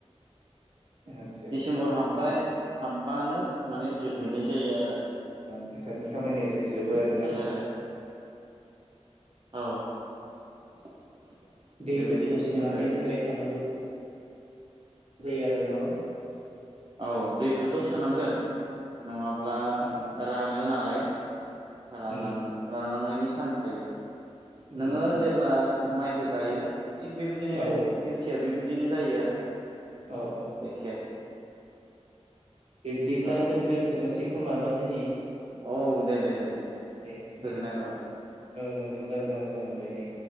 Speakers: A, on the right (about 65°); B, on the right (about 40°).
A: आदसा आदसा
B: सेम्बर
A: मोजाङानो
B: हाब बानो माने जोबहैनाय जायो आरो।
A: फोथारनि खामानिया जोबजोबो आरोना।
B: बिदि आरो औ बेबायदि
A: दैफोरखौ
B: सिस्टेम
A: सोनानै
B: हायो।
A: दोनबाय थानांगौ जायो आरो ना।
B: औ दैखौथ' सोनांगोन नङाब्ला
A: उम
B: रानो नालाय। रानलाङो
A: उम
B: रानलांनायनि चान्स थायो।
A: उम
B: नोङो जेब्ला माइखौ गायो थिग बेबायदिनो
A: औ
B: डिउटिया बेबायदि बिदिनो जायो आरो।
A: औ औ
B: एखे
A: बिब्दिब्ला
B: औ
A: जों दोनथ'नो सि समानाव दिनै
B: औ दे दे दे दे
A: दे
B: गोजोननाय
A: दे
B: थाबाय
A: नोंजों रायलायना मोजां मोनबाय। द